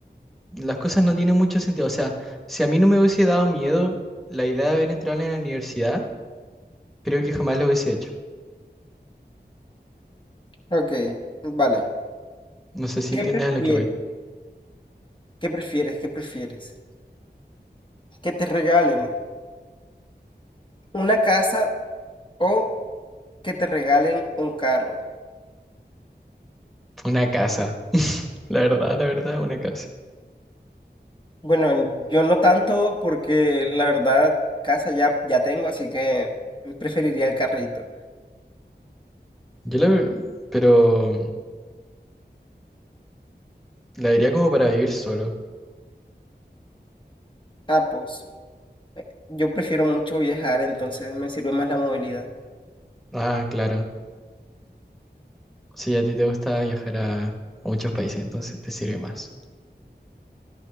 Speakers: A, in the centre; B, on the left.
A: las cosas no tienen mucho sentido. O sea, si a mí no me hubiese dado miedo la idea de haber entrado en la universidad, creo que jamás lo hubiese hecho.
B: Ok, vale.
A: No sé si
B: ¿Qué
A: entiendes
B: prefieres?
A: a lo que voy.
B: ¿Qué prefieres? ¿Qué prefieres? ¿Que te regalen una casa o que te regalen un carro?
A: Una casa. <laughs> La verdad, la verdad, una casa.
B: Bueno, yo no tanto porque la verdad casa ya, ya tengo, así que preferiría el carrito.
A: Yo la... ve- Pero la vería como para vivir solo.
B: Ah, pues, Yo prefiero mucho viajar, entonces me sirve más la movilidad.
A: Ah, claro. Sí, a ti te gusta viajar a, a muchos países, entonces te sirve más.